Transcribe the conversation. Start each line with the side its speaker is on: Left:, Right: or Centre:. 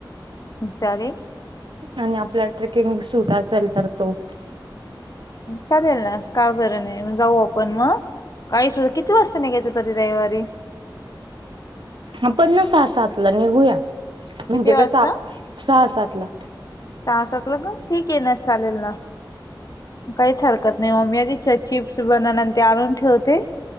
Left: चालेल
Right: आणि आपल्या ट्रेकिंग सूट असेल तर तो
Left: चालेल ना काय बरं नाही जाऊ आपण मग काही सुध कि किती वाजता निघयच तरी रविवारी
Right: आपण ना सहा, सातला निघूया म्हणजे
Left: किती वाजता?
Right: कसं आप सहा, सात ला
Left: सहा, सात लग ठीक आहे ना चालेल ना काहीच हरकत नाही म आधी चिप्स बनवणार ते आणून ठेवते